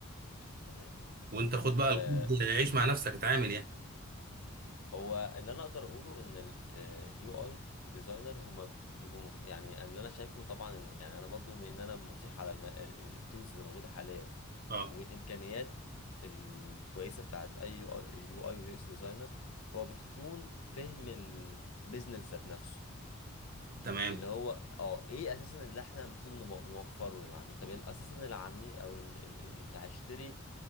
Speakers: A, on the left; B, on the right.
A: صحيح
B: وانت خد بقى
A: آه،
B: الكود عيش مع نفسك اتعامل يعني
A: هو اللي انا اقدر اقوله ان اليو اي ديزاينر هما بيبقوا مح... يعني اللي انا شايفه طبعا إن يعني انا برضو بما ان انا مطيح على الم... التولز اللي موجوده حاليا
B: اه
A: والامكانيات الكويسه بتاعت اي يو اي يو اي ويو اكس ديزاينر هو بتكون فهم البيزنس ذات نفسه
B: تمام
A: اللي هو اه ايه اساسا اللي احنا المفروض نمو- نوفره للعميل طب ال- اساسا العميل او ال- ال- ال- اللي هيشتري